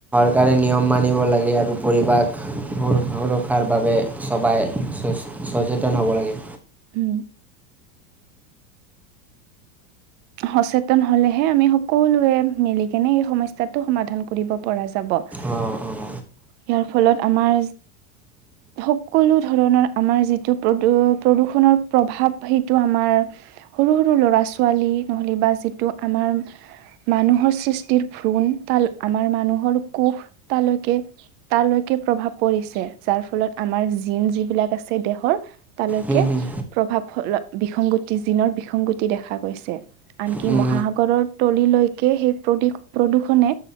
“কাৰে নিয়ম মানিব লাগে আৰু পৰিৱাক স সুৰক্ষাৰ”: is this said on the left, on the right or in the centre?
Centre